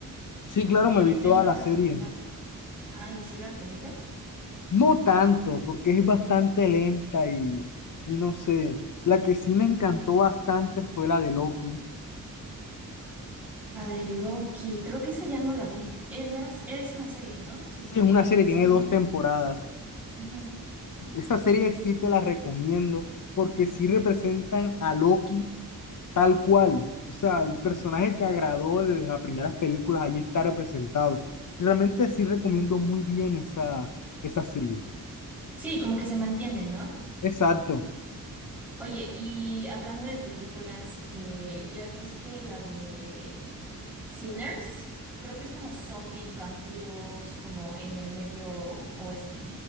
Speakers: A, on the left (about 60°); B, in the centre.
A: Sí, claro,
B: Me,
A: me vi
B: me
A: toda
B: la han
A: la
B: recomendado.
A: serie.
B: Ay, ¿sí la recomiendas?
A: No tanto, porque es bastante lenta y, y no sé. La que sí me encantó bastante fue la de Loki.
B: La de Loki, creo que esa ya no la vi. Eh, no era, es una serie, ¿no? Sí,
A: Sí, es una serie,
B: de
A: tiene
B: esa no
A: dos
B: la vi.
A: temporadas.
B: Ujú.
A: Esa serie sí te la recomiendo porque sí representan a Loki tal cual. O sea, el personaje que agradó desde las primeras películas, ahí está representado. Realmente sí recomiendo muy bien esa, esa serie.
B: Sí, como que se mantiene, ¿no?
A: Exacto.
B: Oye, y hablando de películas, eh, ¿ya viste la de Sinners? Creo que es como zombies, vampiros, como en el medio oeste.